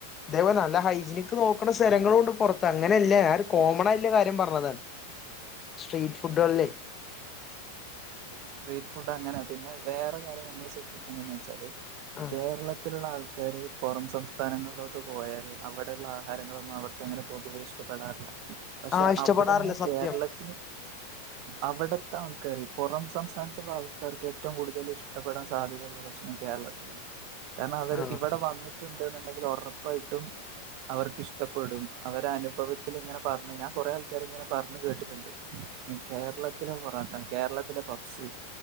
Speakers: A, on the left; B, on the right.
A: ഇതേപോലെ നല്ല ഹൈജിനിക്ക് നോക്ക്ണ സ്ഥലങ്ങളുണ്ട് പുറത്ത്. അങ്ങെനെല്ല, ഞാൻ ഒരു കോമണായില്ല കാര്യം പറഞ്ഞതാ. സ്ട്രീറ്റ് ഫുഡ് കളി ലെയ്
B: സ്ട്രീറ്റ് ഫുഡ് അങ്ങനെ പിന്നെ വേറെരുകാര്യം നമ്മൾ ശ്രദ്ധിക്കെണ്ടെന്താച്ചാല്
A: ആ
B: കേരളത്തി ത്തിലുള്ള ആൾക്കാര് പുറം സംസ്ഥാനങ്ങളിലോട്ട് പോയാല് അവിടെയുള്ള ആഹാരങ്ങളൊന്നും അവർക്കങ്ങനെ പൊതുവേ ഇഷ് ഇഷ്ടപ്പെടാറില്ല, പക്ഷെ
A: ആ ഇഷ്ടപ്പെടാറില്ല
B: അവിടുന്ന്
A: സത്യം
B: കേരളത്തിൽ. അവിട്ത്തെ ആൾക്കാര് പുറം സംസ്ഥാനത്തുള്ള ആൾക്കാർക്ക് ഏറ്റവും കൂടുതൽ ഇഷ്ടപ്പെടാൻ സാധ്യതയുള്ള ഭക്ഷണം കേരളത്തിലാ. കാരണം അവര്
A: ആ
B: ഇവിടെ വന്നിട്ട്ണ്ട് ന്നുണ്ടെങ്കിൽ ഒറപ്പായിട്ടും. അവർക്ക് ഇഷ്ടപ്പെടും. അവര അനുഭവത്തിൽ ഇങ്ങനെ പറഞ്ഞ് ഞാൻ കുറെ ആൾക്കാര്, ഇങ്ങനെ പറഞ്ഞ് കേട്ടിട്ടുണ്ട്. കേരളത്തിലെ പേറാട്ട കേരള ത്തിലെ പപ്സ്